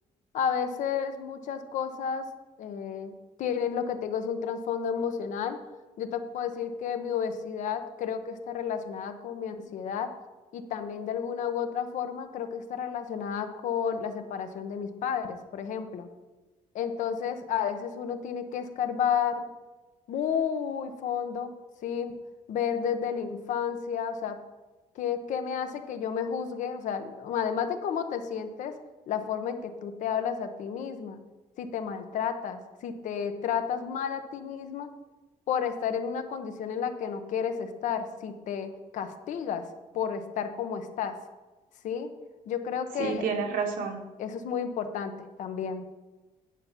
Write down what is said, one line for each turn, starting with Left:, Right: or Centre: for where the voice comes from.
Left: a veces muchas cosas eh, tienen lo que te digo, es un trasfondo emocional. Yo te puedo decir que mi obesidad creo que está relacionada con mi ansiedad y también de alguna u otra forma creo que está relacionada con la separación de mis padres, por ejemplo. Entonces, a veces uno tiene que escarbar muy fondo, ¿sí? Ver desde la infancia, o sea, ¿qué, qué me hace que yo me juzgue? O sea, además de cómo te sientes, la forma en que tú te hablas a ti misma, si te maltratas, si te tratas mal a ti misma por estar en una condición en la que no quieres estar, si te castigas por estar como estás, ¿sí? Yo creo
Right: Sí,
Left: que
Right: tienes razón.
Left: eso es muy importante también.